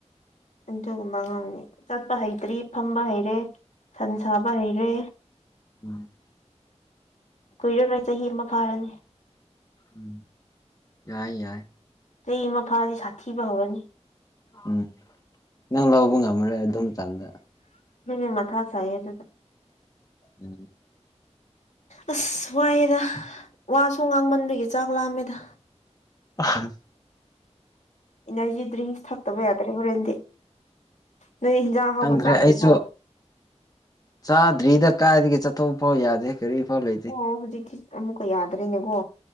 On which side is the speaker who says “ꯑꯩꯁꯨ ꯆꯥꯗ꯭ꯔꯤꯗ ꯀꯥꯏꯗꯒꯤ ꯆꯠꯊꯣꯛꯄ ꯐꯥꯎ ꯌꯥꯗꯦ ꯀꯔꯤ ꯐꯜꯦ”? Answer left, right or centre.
Left